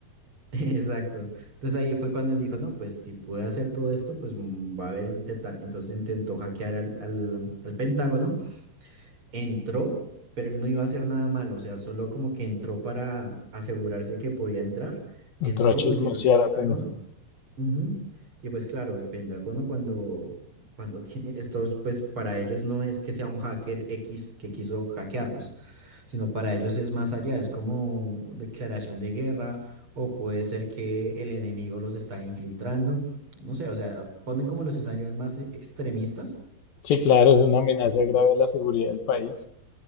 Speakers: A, on the right; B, on the left.
A: <laughs> Exacto. Entonces ahí fue cuando él dijo, no, pues si puede hacer todo esto, pues mm, va a haber intentar. Entonces intentó hackear al, al, al Pentágono, entró, pero él no iba a hacer nada malo, o sea, solo como que entró para asegurarse que podía entrar,
B: Entró
A: entró,
B: a chismosear
A: vulneró el Pentágono.
B: apenas.
A: ujú, Y pues claro, el Pentágono cuando, cuando <laughs> tiene estos, pues para ellos no es que sea un hacker X que quiso hackearlos sino para ellos es más allá, es como declaración de guerra o puede ser que el enemigo los está infiltrando, no sé, o sea, ponen como los escenarios más e- extremistas.
B: Sí, claro, es una amenaza grave a la seguridad del país.